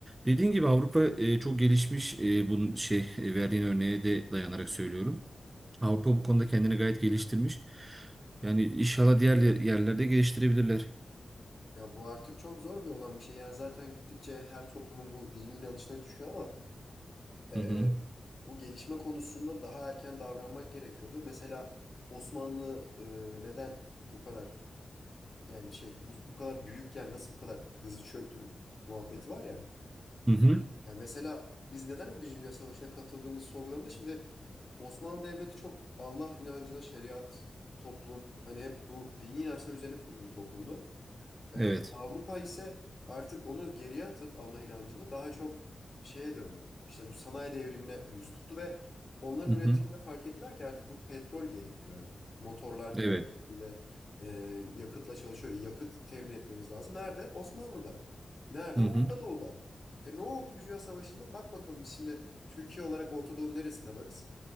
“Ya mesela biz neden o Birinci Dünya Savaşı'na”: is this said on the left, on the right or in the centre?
Left